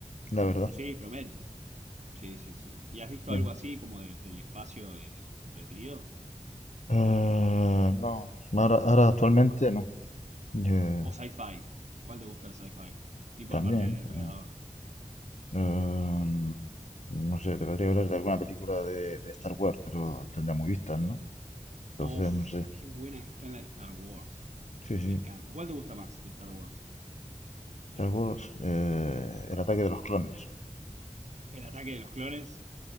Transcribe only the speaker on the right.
Sí, promete. Sí, sí, sí. ¿Y has visto
algo así como de- del espacio eh, entretenido?
¿O sci-fi? ¿Cuál te gusta de sci-fi? Tipo
aparte de Depredador.
Uf,
qué buena que está en la de Star Wars.
Me encanta. ¿Cuál te gusta más de Star Wars?
El ataque de los clones,